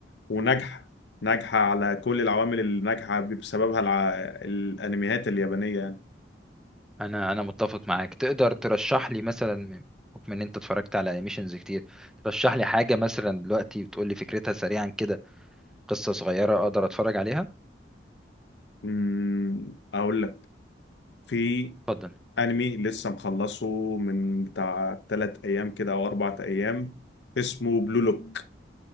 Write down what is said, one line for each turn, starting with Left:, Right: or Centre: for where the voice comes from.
Left: وناجحه ناجحه على كل العوامل اللي ناجحه بسببها الع... الانميات اليابانيه يعني
Centre: انا انا متفق معاك تقدر ترشح لي مثلا بحكم ان انت اتفرجت على انيميشنز كتير ترشح لي حاجه مثلا دلوقتي بتقول لي فكرتها سريعا كده قصه صغيره اقدر اتفرج عليها
Left: أمم، اقول لك في
Centre: اتفضل
Left: انمي لسه مخلصه من بتاع تلات ايام كده او اربع ايام اسمه بلو لوك